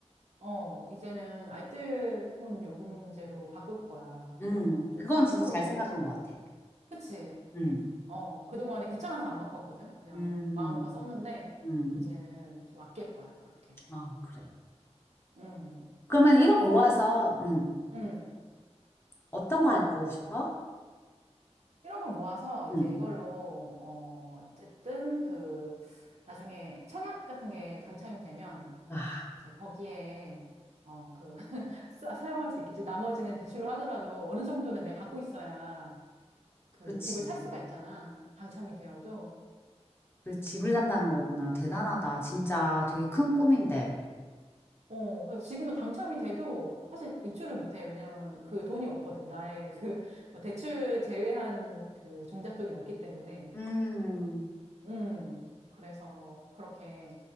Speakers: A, on the right; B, on the left.
A: 어, 이제는 알뜰폰 요금제로 바꿀 거야.
B: 음,
A: 그래서 좀
B: 그건
A: 싼
B: 진짜
A: 걸로.
B: 잘 생각한 것 같아.
A: 그치?
B: 음,
A: 어, 그동안에 귀찮아서 안 바꿨거든. 그냥
B: 음,
A: 마음껏 썼는데
B: 음.
A: 이제는 좀 아낄 거야. 그렇게.
B: 아, 그래.
A: 음,
B: 그러면
A: 그렇게
B: 1억
A: 하고,
B: 모아서, 음,
A: 음,
B: 어떤 거
A: 어,
B: 할 거고 싶어?
A: 1억을 모아서 이제
B: 음.
A: 이걸로, 어, 어쨌든 그, 나중에 청약 같은 게 당첨이 되면,
B: 와,
A: 이제 거기에, 어, 그, <laughs> 사- 사용할 수 있겠지. 나머지는 대출로 하더라도 어느 정도는 내가 갖고 있어야 그
B: 그치.
A: 집을 살 수가 있잖아. 당첨이 되어도.
B: 그 집을
A: 어,
B: 산다는
A: 그,
B: 거구나. 대단하다. 진짜 되게 큰 꿈인데.
A: 어, 그래서 지금은 당첨이 돼도 사실 입주를 못해. 왜냐면 그 돈이 없거든. 나의 그, 뭐 대출 제외한 그 종잣돈이 없기 때문에.
B: 음.
A: 음, 그래서 그렇게